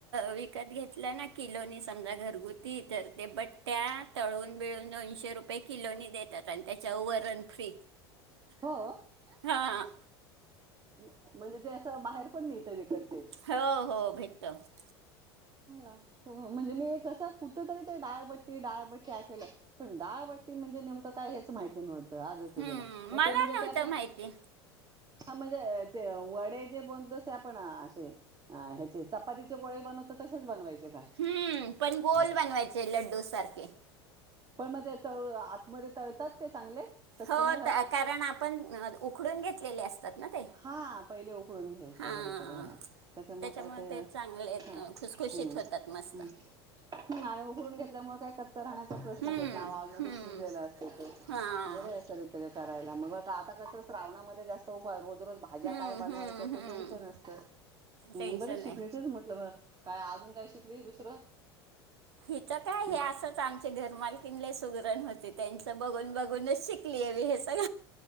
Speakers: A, on the right; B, on the right.
A: विकत घेतलं ना किलोनी समजा घरगुती तर ते बट्ट्या तळून, बिळून दोनशे रुपये किलो नी देतात आणि त्याच्या वरण फ्री
B: हो
A: हा
B: म म्हणजे ते असं बाहेर पण मिळत विकत ते
A: हो, हो भेटत
B: हो म्हणजे मी कस कुठ तरी ते डाळबट्टी, डाळबट्टी ऐकल पण डाळबाटी म्हणजे नेमकं काय हेच माहिती नव्हतं आज गेलं
A: हम्म मला
B: ते म्हणजे
A: नव्हतं
B: ते आपण
A: माहिती
B: हा म्हणजे ते वडे जे बनतोस ते आपण असे ह्याचे चपातीचे गोळे बनवतात तसेच बनवायचे का?
A: हम्म पण गोल
B: हा
A: बनवायचे लड्डू सारखे.
B: पण मग ते तळ आतमध्ये तळतात ते चांगले? कच्च
A: हो
B: नाही राहत?
A: कारण आपण उकडून घेतलेले असतात ना ते.
B: हा पहिले उकडून घ्यायचे
A: हां
B: बरोबर हा तस मग
A: त्याच्यामुळे
B: काय ते हम्म,
A: चांगले अ, खुसखुशीत होतात मस्त.
B: हम्म नारळ उघडून घेतल्यामुळे काय कच्च राहण्याचे प्रश्नंच
A: हम्म,
B: येत ऑलरेडी
A: हम्म,
B: शिजलेला असते ते
A: हां,
B: बरे तर करायला मग आता कस श्रावणामध्ये जास्त उपा रोज, रोज भाज्या
A: हम्म,
B: काय बनवायचं
A: हम्म,
B: ते
A: हम्म.
B: टेनशन असतं हे
A: टेन्शन
B: बरीच
A: नाही.
B: शीक म्हटलं बा काय अजून काय शिकली दुसरं?
A: हिच काय
B: हो
A: हे असं च आमची घरमालकीन लय सुगरण होती त्यांच बघून, बघूनच शिकली हे हा